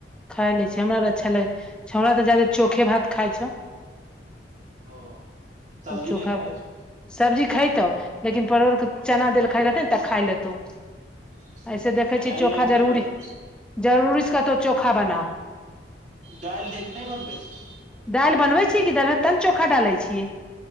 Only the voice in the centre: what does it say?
खाए लै छ, हमरा अच्छा लगै हमरा तऽ छोरा जादे चोखे भात खाइ छौ।
चोखा
सब्जी खैतौ लेकिन परोरके चना देल खाए रहते ने तऽ खाय लेतौ
ऐसे देखै
छियै चोखा
जरूरी
जरूरी स कहतौ चोखा बनाउ
दालि बनबैत छी कि दैल तऽ ने चोखा डालैत छियै